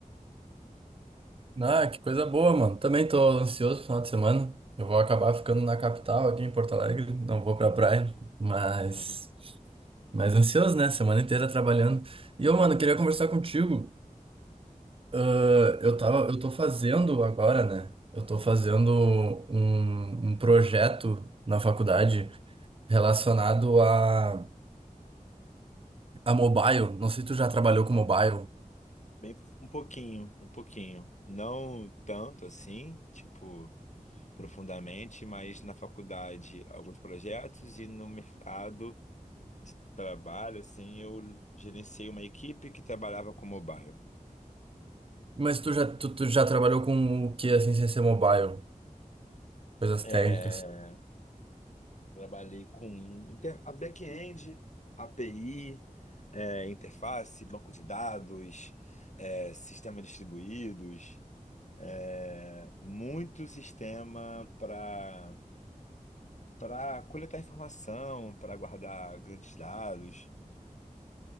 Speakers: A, on the right; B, on the left.
A: Ah, que coisa boa, mano. Também tô ansioso pro final de semana. Eu vou acabar ficando na capital aqui em Porto Alegre, não vou pra praia, mas
B: Uhum.
A: mas ansioso, né? Semana inteira trabalhando. E eu, mano, queria conversar contigo. Ah, eu tava, eu tô fazendo agora, né? Eu tô fazendo um, um projeto na faculdade relacionado a, a mobile. Não sei se tu já trabalhou com mobile.
B: Bem, um pouquinho, um pouquinho. Não tanto assim, tipo. profundamente, mas na faculdade alguns projetos e no mercado de trabalho, assim, eu gerenciei uma equipe que trabalhava com mobile.
A: Mas tu já, tu, tu já trabalhou com o que, assim, sem ser mobile? Coisas
B: É,
A: técnicas.
B: trabalhei com inter- a back-end, API, é, interface, banco de dados, é, sistema distribuídos, é, muito sistema para para coletar informação, para guardar grandes dados